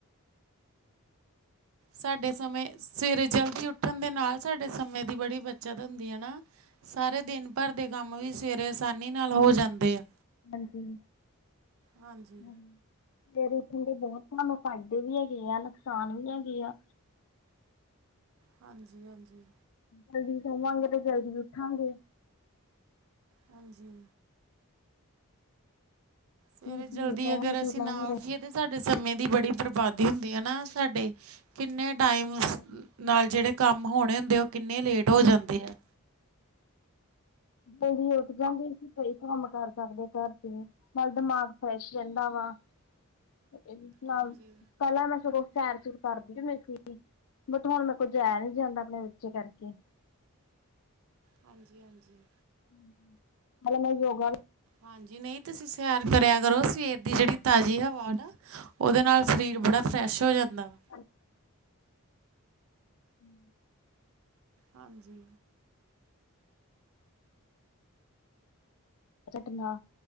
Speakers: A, on the right; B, on the left.
A: ਸਾਡੇ ਸਮੇਂ ਸਵੇਰੇ ਜਲਦੀ ਉੱਠਣ ਦੇ ਨਾਲ ਸਾਡੇ ਸਮੇਂ ਦੀ ਬੜੀ ਬੱਚਤ ਹੁੰਦੀ ਐ ਨਾ। ਸਾਰੇ ਦਿਨ ਭਰ ਦੇ ਕੰਮ ਵੀ ਸਵੇਰੇ ਆਸਾਨੀ ਨਾਲ ਹੋ ਜਾਂਦੇ ਆ।
B: ਹਾਂਜੀ
A: ਹਾਂਜੀ
B: ਹਾਂ। ਸਵੇਰੇ ਉੱਠਣ ਦੇ ਬੋਤ ਸਾਨੂੰ ਫਾਇਦੇ ਵੀ ਹੈਗੇ ਆ ਨੁਕਸਾਨ ਵੀ ਹੈਗੇ ਆ।
A: ਹਾਂਜੀ-ਹਾਂਜੀ
B: ਜਲਦੀ ਸੋਵਾ ਗੇ, ਤੇ ਜਲਦੀ ਉੱਠਾਂਗੇ।
A: ਹਾਂਜੀ,
B: ਜੇ
A: ਸਵੇਰੇ ਜਲਦੀ
B: ਸੋਵਾਂਗੇ
A: ਅਗਰ ਅਸੀਂ
B: ਤੇ
A: ਨਾ
B: ਫਿਰ
A: ਉੱਠੀਏ। ਸਾਡੇ ਸਮੇਂ ਦੀ ਬੜੀ ਬਰਬਾਦੀ ਹੁੰਦੀ ਹੈ, ਨਾ ਸਾਡੇ ਕਿੰਨੇ ਟਾਈਮ।
B: ਹਾਂਜੀ
A: ਨਾਲ ਜਿਹੜੇ ਕੰਮ ਹੋਣੇ ਹੁੰਦੇ ਉਹ ਕਿੰਨੇ ਲੇਟ ਹੋ ਜਾਂਦੇ ਹੈ।
B: ਹਾਂਜੀ ਜੀ ਉੱਠ ਜਾਂਦੇ, ਈ ਕੰਮ ਕਰ ਸਕਦੇ ਘਰ ਚ ਨਾਲ ਦਿਮਾਗ ਫਰੈਸ਼ ਰਹਿੰਦਾ ਵਾ ਤੇ ਇਹਦੇ ਨਾਲ
A: ਹਾਂਜੀ
B: ਪਹਿਲਾਂ, ਮੈ ਸਗੋਂ ਸੈਰ ਸੁਰ ਕਰਦੀ ਹੁੰਦੀ ਸੀਗੀ। ਬਟ ਹੁਣ ਮੇਰੇ ਕੋਲ ਜਾਇਆ ਨੀ ਜਾਂਦਾ ਆਪਣੇ ਬੱਚੇ ਕਰਕੇ।
A: ਹਾਂਜੀ, ਹਾਂਜੀ,
B: ਹੂੰ, ਹੈਲੇ ਮੈਂ ਯੋਗਾ।
A: ਹਾਂਜੀ ਨਹੀਂ ਤੁਸੀਂ ਸੈਰ ਕਰਿਆ ਕਰੋ, ਸਵੇਰ ਦੀ ਜਿਹੜੀ ਤਾਜ਼ੀ ਹਵਾ ਨਾ। ਉਹਦੇ ਨਾਲ ਸਰੀਰ ਬੜਾ ਫਰੈਸ਼ ਹੋ ਜਾਂਦਾ ਵਾ।
B: ਵੀ ਹੂੰ,
A: ਹਾਂਜੀ,
B: ਟਨਾ